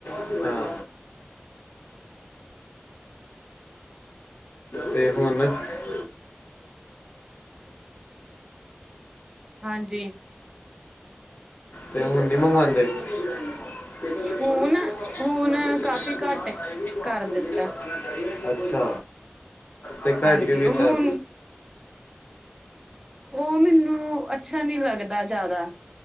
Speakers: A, on the left; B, on the right.
A: ਹਾਂ। ਤੇ ਹੁਨ? <unintelligible>
B: ਹਾਂਜੀ
A: ਤੇ ਹੁਨ ਨੀਂ ਮੰਗਵਾਂਦੇ? <unintelligible>
B: ਹੁਣ-ਹੁਣ ਕਾਫ਼ੀ ਘੱਟ ਕਰ ਦਿੱਤਾ।
A: ਅੱਛਾ। ਤੇ ਘੱਟ
B: ਹਾਂਜੀ,
A: ਕਿਉਂ ਕੀਤਾ
B: ਔ ਹੁਨ ਔ ਮੈਨੂੰ ਅੱਛਾ ਨੀ ਲੱਗਦਾ ਜਾਦਾ।